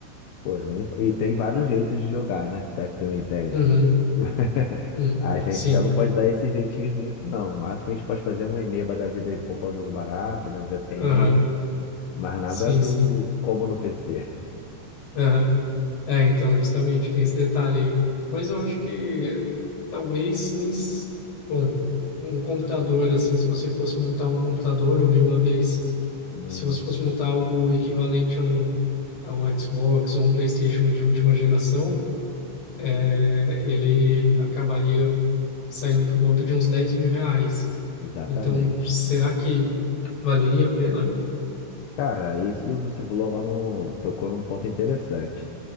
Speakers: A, on the left; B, on the left.
A: Pô, nem, fa- e tem vários jeitos de jogar, né? Se é que tu me entende.
B: Uhum.
A: <laughs>
B: Uhum.
A: A gente
B: Sim.
A: já não pode dar esses jeitinhos muito, não. O máximo que a gente pode fazer é um Eneba da vida aí pra comprar um jogo barato, né? Um VPN.
B: Aham.
A: Mas nada
B: Sim,
A: do
B: sim.
A: como no PC.
B: Aham. É, então, justamente, tem esse detalhe aí. Mas eu acho que eh, talvez nem. s- Bom, um computador, assim, se você fosse montar um computador, eu vi uma vez,
A: Hum,
B: se você fosse montar algo equivalente a um, a um Xbox ou um PlayStation de última geração, eh, ele acabaria saindo por volta de uns 10 mil reais.
A: Exatamente.
B: Então, será que valeria a pena?
A: Cara, isso que você falou agora no- tocou num ponto interessante.